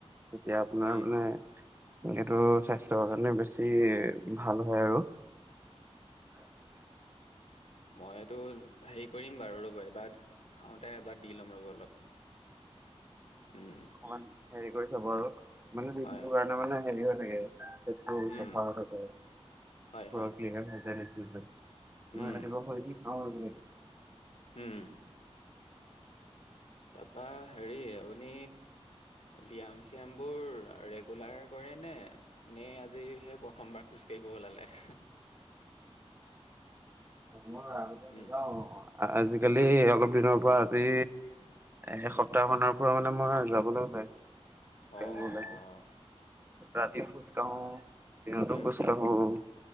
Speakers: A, on the right (about 20°); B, on the left (about 75°).
A: তেতিয়া আপোনাৰ
B: উম,
A: মানে সটো স্বাস্থ্যৰ কাৰণে মানে বেছি ভাল হয় আৰু।
B: মইটো হেৰি কৰিম বাৰু, ৰ'ব, এবাৰ খাওঁতে এবাৰ দি ল'ম ৰ'ব অলপ। উম,
A: অকমান হেৰি কৰি চাব আৰু মানে যিটো
B: হয়,
A: কাৰণে মানে হেৰি হৈ থাকে। হেতু
B: উম,
A: চফা হ'লে বেয়া
B: হয়, হয়,
A: <unintelligible> তোমাৰ
B: উম,
A: আহিব হ'ল কি, অ' <unintelligible>
B: উম।
A: <inaudible>
B: তাৰপা হেৰি আপুনি ব্যায়াম চিয়ামবোৰ ৰেগুলাৰ কৰে নে, নে আজি সেই প্ৰথমবাৰ খোজকাঢ়ি গৈ ওলালে।
A: মই আগতে
B: উম,
A: নাযাওঁ, আজি আজিকালি অলপ দিনৰ পৰা আজি এক
B: উম,
A: সপ্তাহমানৰ পৰা মানে মই যাবলৈ
B: অ',
A: উলাই ৰাতি খোজ কাঢ়োঁ। দিনটো
B: উম,
A: খোজকাঢ়োঁ,